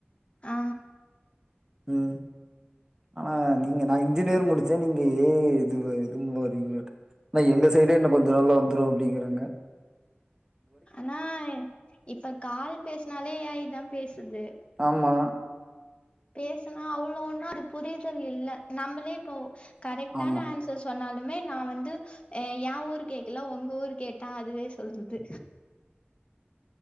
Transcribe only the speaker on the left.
ஆ
ஆனா இப்ப கால் பேஸ்னாலே ஏ ஐ தா பேசுது
பேசனா அவ்ளோ ஒன்னு அது புரிதல் இல்ல நம்மளே இப்போ கரெக்டான
ஆன்சர் சொன்னாலு மே நா வந்து ஏ ஊரு கேக்கல ஒங்க ஊரு கேட்ட அதுவே சொல்லுது